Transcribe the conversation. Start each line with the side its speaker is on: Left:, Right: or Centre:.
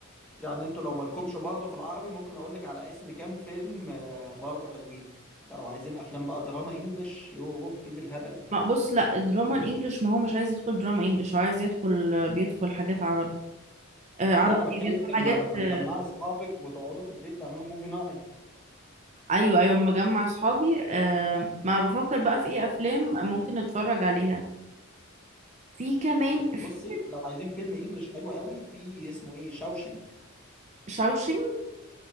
Centre: يعني انتوا لو مالكمش برضه في العربي ممكن اقول لك على اسم كام فيلم آه، برضه حلوين ده لو عايزين افلام بقى دراما انجلش يوه في بالهبل
Right: ما بص لا الدراما الانجليش ما هو مش عايز يدخل دراما انجليش هو عايز يدخل بيدخل حاجات عربي آه عربي
Centre: لا انا بتكلم
Right: بيدخل حاجات
Centre: لما لما
Right: آه،
Centre: تجمعي اصحابك وتقعدوا في البيت تعملوا موفي نايت
Right: ايوه ايوه مجمع اصحابي آه ما بفكر بقى في ايه افلام ممكن نتفرج عليها في كمان في
Centre: بصي لو عايزين فيلم انجلش حلو قوي في اسمه ايه شاوشنك
Right: شاوشينج